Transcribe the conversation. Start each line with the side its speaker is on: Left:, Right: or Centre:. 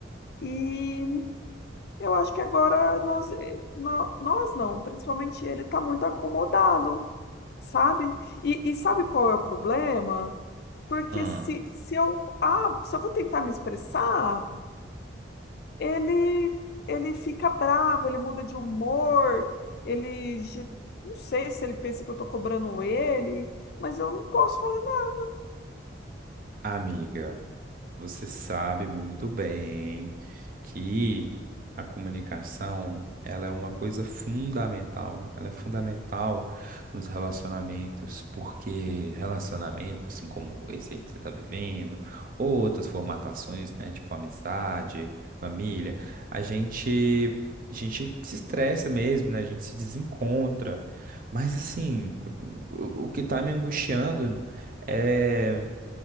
Left: E Eu acho que agora nós, eh, nó- nós não, principalmente ele está muito acomodado, sabe? E, e sabe qual é o problema? Porque
Right: Ah,
Left: se, se eu, ah, se eu vou tentar me expressar, ele ele fica bravo, ele muda de humor, ele ge- não sei se ele pensa que eu estou cobrando ele, mas eu não posso falar nada.
Right: amiga. Você sabe muito bem que a comunicação, ela é uma coisa fundamental. Ela é fundamental nos relacionamentos, porque relacionamentos, assim como esse aí que você está vivendo, ou outras formatações, né, tipo amizade, família, a gente a gente se estressa mesmo, né? A gente se desencontra. Mas assim, o, o o que está me angustiando é